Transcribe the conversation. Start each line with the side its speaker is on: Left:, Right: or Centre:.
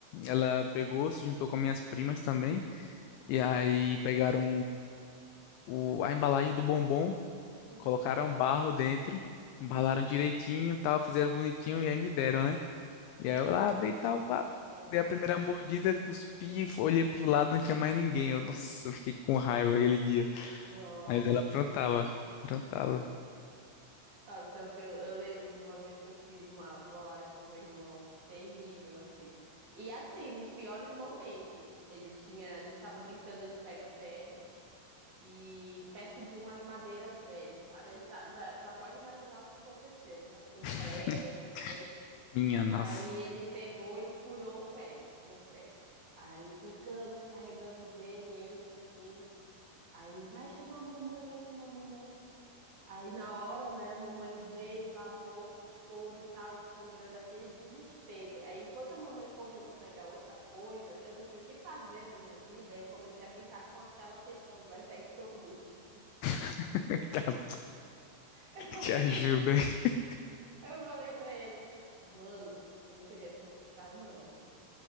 Left: Ela pegou, se juntou com minhas primas também, e aí pegaram o, a embalagem do bombom,
Right: Uhum.
Left: colocaram um barro dentro, embalaram
Right: <gasps>
Left: direitinho, e tal, fizeram bonitinho e aí me deram, né? E aí eu lá abri e tal,
Right: Nossa,
Left: pá, dei a primeira mordida, cuspi, olhei pro lado, não tinha mais ninguém. Eu, nossa, eu fiquei com raiva aquele dia.
Right: nossa
Left: Mas ela aprontava,
Right: senhora.
Left: aprontava.
Right: Nossa, eu, eu eu lembro de uma vez que eu fiz uma trollagem com meu irmão, terrível, assim. E assim, nos piores momentos, ele tinha, a gente tava brincando de pega-pega e perto de umas madeiras velhas, sabe? Aí Já, já, já pode imaginar o que aconteceu, né? Com
Left: <laughs>
Right: prego, essas coisas.
Left: Minha nossa.
Right: Aí ele pegou e furou o pé no prego. Aí pegamos, carregamos ele, eu e os meus primos. Aí vai chamar a mamãe, vai chamar a mamãe. Aí na hora, né, a mamãe veio, lavou com soro e tal, e sangrando, aquele desespero. Aí enquanto a mamãe correu para pegar outra coisa, eu não tinha o que fazer na minha vida, eu comecei a brincar com aquela questão de vai sair teu bucho. <laughs>
Left: <laughs> Rapaz,
Right: Eu falei
Left: te ajuda,
Right: pra,
Left: hein?
Right: eu falei pra ele, mano, eu não queria te assustar, não.